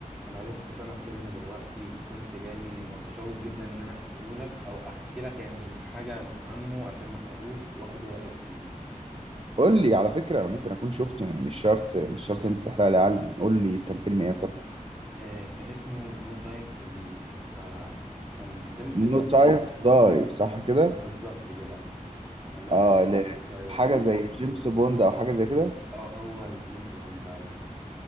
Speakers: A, in the centre; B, on the right.
A: انا لسه سامع فيلم دلوقتي وكنت جاي متشوق جدا ان انا احكيهولك او احكي لك يعني حاجه عنه عشان ما احرقوش واخد رايك فيه
B: قول لي على فكرة أنا ممكن أكون شفته يعني مش شرط مش شرط إن أنت تحرق لي علم قول لي كان فيلم إيه يا ترى
A: آه كان اسمه نو تايم تو دي فكان فيلم ال...
B: نو تايم تو داي صح كده؟
A: آه، بالظبط كده اه انا اللغه
B: آه
A: عندي
B: ل-
A: شويه
B: حاجة
A: بس
B: زي جيمس بوند أو حاجة زي كده
A: اه هو الجيمس بوند فعلا